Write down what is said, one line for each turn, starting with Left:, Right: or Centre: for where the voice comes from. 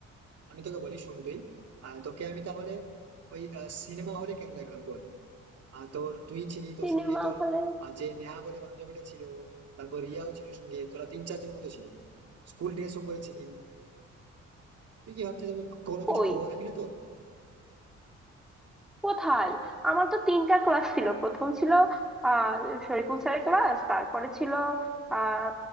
Right: আমি তোকে বলি শোন তুই আহ, তোকে আমি তাহলে ওই সিনেমা হলে কেন দেখলাম বল আহ, তোর তুই ছিলি তোর
Centre: সিনেমা
Right: সঙ্গে তোর
Centre: হলে
Right: আহ, যে নেহা বলে বান্ধবীটা ছিল তারপর রিয়াও ছিল সঙ্গে তোরা তিন চারজন মতো ছিলি স্কুল ড্রেসও পরেছিলি তুই কি ভাবছিস আমি কোনো কিছু
Centre: কই
Right: খবর রাখি না তোর
Centre: কোথায় আমার তো তিনটা ক্লাস ছিল প্রথম ছিল আহ শরীফুল স্যারের ক্লাস তারপরে ছিল আহ